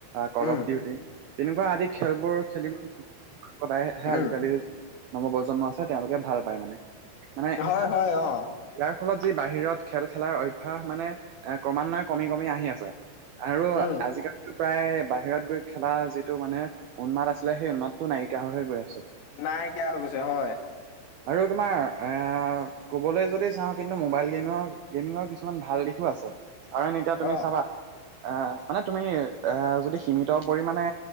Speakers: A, on the right; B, on the left.
A: Call
B: um
A: of Duty. তেনেকুৱা আদি খেলবোৰ খেলিম সদায় আহে
B: উম
A: আজিকালি নৱপ্ৰজন্ম আছে তেওঁলোকে ভাল পায় মানে। মানে
B: হয়, হয়, অঁ'।
A: ইয়াৰ ফলত যি বাহিৰত খেল খেলাৰ অভ্যাস মানে এ ক্ৰমান্বয়ে কমি কমি আহি আছে। আৰু
B: উম
A: আজিকালি- প্ৰায় বাহিৰত গৈ খেলা যিটো মানে উন্মাদ আছিলে, সেই উন্মাদটো নাইকিয়া হৈ হৈ গৈ আছে।
B: নাইকিয়া হৈ গৈছে, হয়।
A: আৰু তোমাৰ এ, ক'বলৈ যদি চাওঁ কিন্তু মোবাইল গেমৰ, গেমিঙৰ কিছ কিছুমান ভাল দিশো আছে কাৰণ এতিয়া তুমি
B: অ
A: চাবা অঁ, মানে তুমি অঁহ যদি সীমিত পৰিমানে